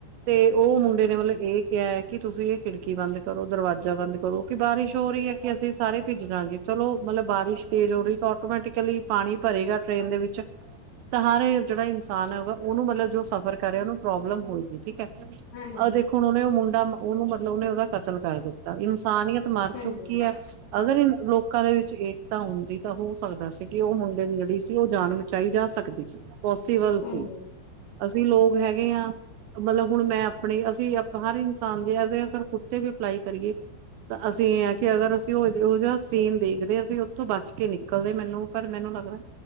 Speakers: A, on the right; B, on the left.
A: ਤੇ ਉਹ
B: ਹੂੰ
A: ਮੁੰਡੇ
B: ਹਾਂਜੀ
A: ਨੇ ਮਤਲਬ ਏ ਕਿਹਾ ਕਿ ਤੁਸੀਂ ਇਹ ਖਿੜਕੀ ਬੰਦ ਕਰੋ ਦਰਵਾਜ਼ਾ ਬੰਦ ਕਰੋ ਕਿ ਬਾਰਿਸ਼ ਹੋ ਰਹੀ ਹੈ ਕਿ ਅਸੀਂ ਸਾਰੇ ਭਿੱਜ ਜਾਂਗੇ ਚਲੋ ਮਤਲਬ ਬਾਰਿਸ਼ ਤੇਜ਼ ਹੋ ਰਹੀ ਤਾਂ ਆਟੋਮੈਟਿਕਲੀ ਪਾਣੀ ਭਰੇਗਾ ਟ੍ਰੇਨ ਦੇ ਵਿੱਚ ਤਾਂ ਹਰ ਜਿਹੜਾ ਇਨਸਾਨ ਹੈਗਾ ਉਹਨੂੰ ਮਤਲਬ ਜੋ ਸਫ਼ਰ ਕਰੇ ਉਹਨੂੰ ਪ੍ਰੋਬਲਮ ਹੋਏਗੀ ਠੀਕ ਹੈ
B: ਹਾਂਜੀ
A: ਆਹ ਦੇਖੋ ਹੁਣ ਉਹਨੇ ਮੁੰਡਾ ਉਹਨੂੰ ਮਤਲਬ ਉਹਨੇ ਕਤਲ ਕਰ ਦਿੱਤਾ ਇਨਸਾਨੀਅਤ ਮਰ
B: ਹਾਂਜੀ
A: ਚੁੱਕੀ ਹੈ ਅਗਰ ਲੋਕਾਂ ਦੇ ਵਿੱਚ ਏਕਤਾ ਹੁੰਦੀ ਤਾਂ ਹੋ ਸਕਦਾ ਸੀ ਕਿ ਉਹ ਮੁੰਡੇ ਦੀ ਜਿਹੜੀ ਸੀ ਉਹ ਜਾਨ ਬਚਾਈ ਜਾ ਸਕਦੀ ਸੀ ਪੋਸੀਬਲ
B: ਹਾਂਜੀ
A: ਸੀ ਅਸੀਂ ਲੋਕ ਹੈਗੇ ਹਾਂ ਮਤਲਬ ਹੁਣ ਮੈਂ ਆਪਣੇ ਅਸੀਂ ਹਰ ਇਨਸਾਨ ਦੇ ਐਜੇ ਅਗਰ ਕੁੱਤੇ ਵੀ ਅਪਲਾਈ ਕਰੀਏ ਤਾਂ ਅਸੀਂ ਇਹ ਆ ਕਿ ਅਗਰ ਅਸੀ ਉਹੋ ਜਿਹਾ ਸੀਨ ਦੇਖਦੇ ਅਸੀਂ ਉੱਥੋਂ ਬਚ ਕੇ ਨਿਕਲਦੇ ਮੈਨੂੰ ਪਰ ਮੈਨੂੰ ਲੱਗਦਾ